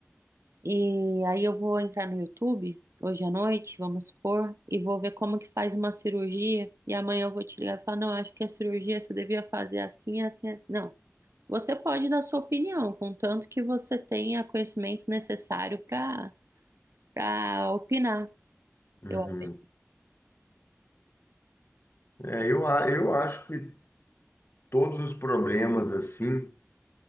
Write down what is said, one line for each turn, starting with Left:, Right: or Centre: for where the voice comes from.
Right: E aí eu vou entrar no YouTube hoje à noite, vamos supor, e vou ver como que faz uma cirurgia. E amanhã eu vou te ligar e falar, não, acho que a cirurgia você devia fazer assim, assim, assim. Não, você pode dar sua opinião, contanto que você tenha conhecimento necessário para para opinar.
Left: Uhum.
Right: Eu acredito.
Left: É, eu, a- eu acho que todos os problemas, assim,